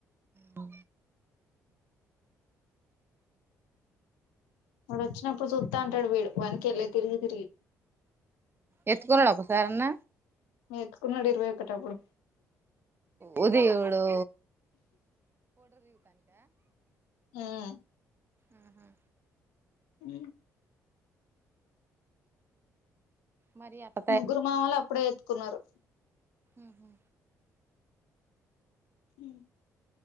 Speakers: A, on the right; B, on the left.
A: బా
B: వాడు వచ్చినప్పుడు చూస్తా ఉంటాడు వీడు వానికేళ్ళి తిరిగి తిరిగి.
A: ఎత్తుకున్నాడ ఒకసారి అన్న.
B: ఎత్తుకున్నాడు ఇరవై ఒకటప్పుడు.
A: ఓ దేవుడో.
B: ఆహ్.
A: ఉహూ.
B: ఉ
A: మరి అట్ట
B: ముగ్గురు మావలు అప్పుడే ఎత్తుకున్నారు
A: ఉహు
B: హు